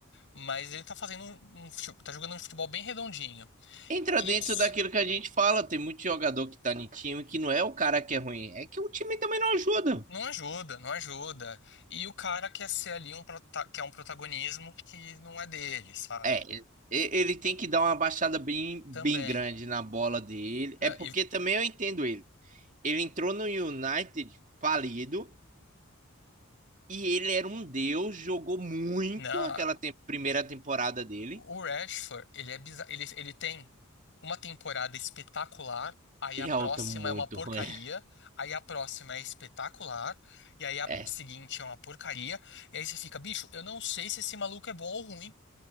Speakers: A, on the left (about 60°); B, on the right (about 35°).
A: mas ele tá fazendo um, um fute- tá jogando um futebol bem redondinho.
B: Entra
A: E
B: dentro
A: s-
B: daquilo que a gente fala, tem muito jogador que tá em time que não é o cara que é ruim, é que o time também não ajuda.
A: não ajuda, não ajuda. E o cara quer ser ali um prota- quer um protagonismo que não é dele, sabe?
B: É, ele ele tem que dar uma baixada bem, bem
A: Também.
B: grande na bola dele.
A: Não,
B: É porque
A: e,
B: também eu entendo ele. Ele entrou no United falido e ele era um deus, jogou muito
A: não,
B: aquela tem- primeira temporada dele.
A: O Rashford, ele é bizarro, ele, ele tem uma temporada espetacular, aí
B: E
A: a próxima
B: a outra muito
A: é uma porcaria,
B: ruim. <laughs>
A: aí a próxima é espetacular, e aí a
B: É,
A: seguinte é uma porcaria, e aí você fica, bicho, eu não sei se esse maluco é bom ou ruim.